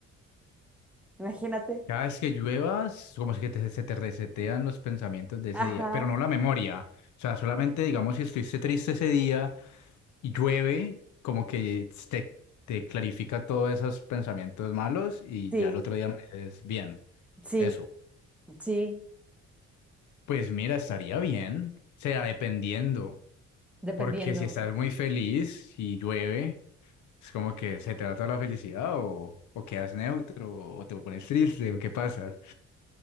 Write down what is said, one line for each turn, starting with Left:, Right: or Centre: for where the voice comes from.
Centre: Imagínate.
Left: Cada vez que lluevas, como si que te- se te resetean los pensamientos de ese
Centre: Ajá,
Left: día, pero no la memoria. O sea, solamente, digamos, si estuviste triste ese día y llueve, como que te, te clarifica todos esos pensamientos malos y
Centre: sí,
Left: ya el otro día amaneces bien.
Centre: sí,
Left: Eso.
Centre: sí,
Left: Pues mira, estaría bien. O sea, dependiendo.
Centre: dependiendo.
Left: Porque si estás muy feliz y llueve, es como que se te va toda la felicidad o, o quedas neutro o te pones triste o qué pasa.